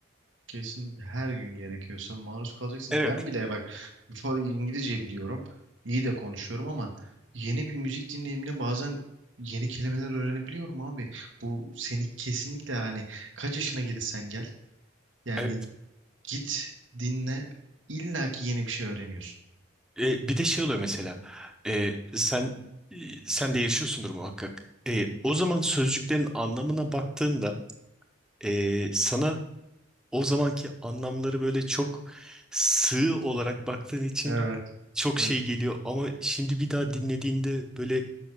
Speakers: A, on the right; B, in the centre.
A: Kesinlikle her gün gerekiyorsa maruz kalacaksın.
B: Evet.
A: Ben bile bak fa- İngilizce biliyorum. iyi de konuşuyorum ama yeni bir müzik dinleyimine bazen yeni kelimeler öğrenebiliyorum abi. Bu seni kesinlikle hani kaç yaşına gelirsen gel. Yani
B: Evet.
A: git dinle illaki yeni bir şey öğreniyorsun.
B: E, bir de şey oluyor mesela. E, sen e, sen de yaşıyorsundur muhakkak. E, o zaman sözcüklerin anlamına baktığında e, sana o zamanki anlamları böyle çok sığ olarak baktığın için
A: Evet,
B: çok
A: evet.
B: şey geliyor. Ama şimdi bir daha dinlediğinde böyle